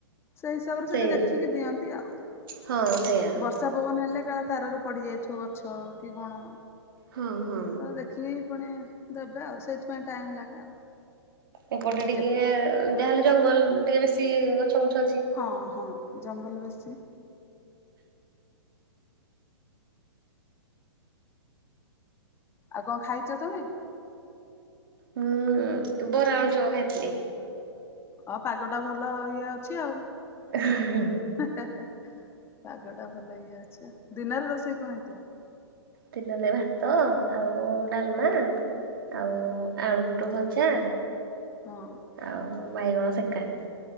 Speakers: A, on the left; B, on the right.
A: ସେଇ ହିସାବରେ ସେଠି
B: ସେଇ
A: ଦେଖିକି ଦିଅନ୍ତି ଆଉ ବର୍ଷ
B: ହଁ ସେଇଆ।
A: ବର୍ଷା ପବନ ହେଲେ କାଳେ ତାରରେ ପଡି ଯାଇଥିବ ଗଛ କି କଣ
B: ହଁ ହଁ।
A: ଦେଖ କି ପୁଣି ଦେବେ ଆଉ ସେଇଥିପାଇଁ ଟାଇମ ଲାଗେ ଆଉ
B: ଏପଟେ ଟିକେ
A: ଚେକି
B: ଯାହାହେଲେ ଜଙ୍ଗଲ ଟିକେ ବେଶି ଗଛ ଗଛ ଅଛି
A: ହଁ ହଁ ଜଙ୍ଗଲ ବେଶୀ ଆଉ କଣ ଖାଇଛ ତମେ
B: ହୁଁ ବରା ଆଣ ଚଉ ଖାଇଥିଲି
A: ହ ପାଗ ଟା ଭଲ ଇଏ ଅଛି ଆଉ
B: ହଁ
A: ପାଗ ଟା ଭଲ ଇଏ ଅଛି ଦିନରେ ରୋଷେଇ କଣ ହେଇଥିଲା
B: ଦିନରେ ଭାତ ଆଉ ଡାଲମା
A: ହଁ
B: ଆଉ ଆଳୁପୋଟଳ ଭଜା,
A: ହଁ।
B: ଆଉ ବାଇଗଣ ସେକା,